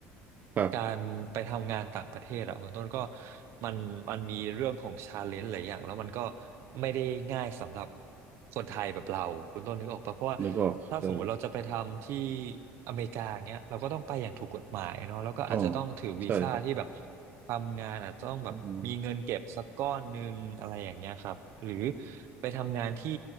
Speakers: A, on the right (about 35°); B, on the right (about 60°).
A: ครับ
B: การไปทำงานต่างประเทศอะคุณต้นก็มันมันมีเรื่องของชาเลนจ์หลายอย่างแล้วมันก็ไม่ได้ง่ายสำหรับคนไทยแบบเราคุณต้นนึกออกปะเพราะว่า
A: นึกออกใช่
B: ถ้าสมมุติเราจะไปทำที่อเมริกาอย่างเงี้ยเราก็ต้องไปอย่างถูกกฎหมายเนาะแล้วก็อาจจะต้องถือวีซ่าที่แบบ
A: อ๋อใช่ครับ
B: ทำงานอาจจะต้องแบบมีเงินเก็บสักก้อนหนึ่งอะไรอย่างเงี้ยครับหรือ
A: อืม
B: ไปทำงานที่